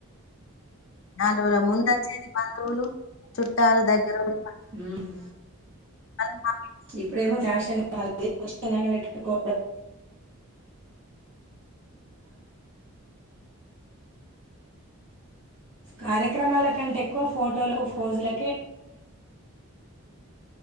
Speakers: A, on the left; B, on the right.
A: నాలుగుోజల ముందు వచ్చేది బంధువులు చుట్టాలు దగ్గరోలు
B: హ్మ్మ్
A: అనా
B: ఇప్పుడేమో ఫ్యాషన్ అ పెట్కో కార్యక్రమాల కంటే ఎక్కువ ఫోటోలు ఫజులక